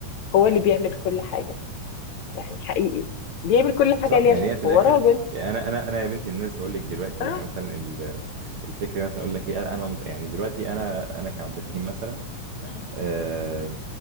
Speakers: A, on the left; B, on the right.
A: هو اللي بيعمل كل حاجه يعني حقيقي بيعمل كل حاجه
B: صح
A: ليه
B: يعني
A: عشان
B: هي في الاخر
A: هو راجل
B: يعني انا انا انا يا بنت الناس بقول لك دلوقتي
A: اه
B: يعني مثلا ال- الفكره مثلا اقول لك ايه انا أنا مز... يعني دلوقتي انا انا كعبد الرحيم مثلا
A: مم،
B: آه